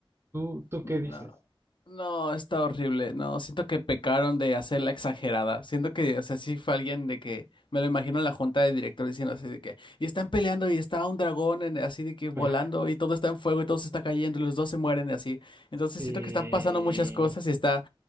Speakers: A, on the right; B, on the left.
A: ¿Tú, tú
B: No.
A: qué dices?
B: No, está horrible. No, siento que pecaron de hacerla exagerada. Siento que, o sea, sí fue alguien de que me lo imagino en la junta de directores diciendo así de que y están peleando y está un dragón en- así de que volando
A: Ajá,
B: y todo está en fuego y todo se está cayendo y los dos se mueren y así. Entonces
A: sí.
B: siento que están pasando muchas cosas y está